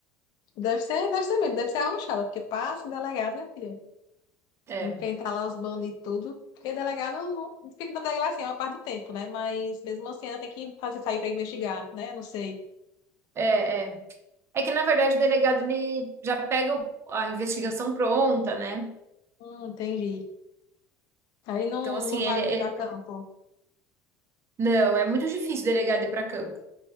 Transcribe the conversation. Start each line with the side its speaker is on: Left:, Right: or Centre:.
Left: Deve ser, deve ser mesmo, deve ser arrochada, porque passa delegado, minha filha.
Right: É,
Left: Enfrentar lá os bandos e tudo. Porque delegado não- fica na delegacia uma parte do tempo, né? Mas mesmo assim ainda tem que fazer sair pra investigar, né? Não sei.
Right: é, é. É que, na verdade, o delegado, ele já pega o- a investigação pronta, né?
Left: Hum, entendi. Aí não,
Right: Então, assim,
Left: não vai
Right: ele,
Left: muito
Right: ele...
Left: a campo.
Right: Não, é muito difícil o delegado ir para campo.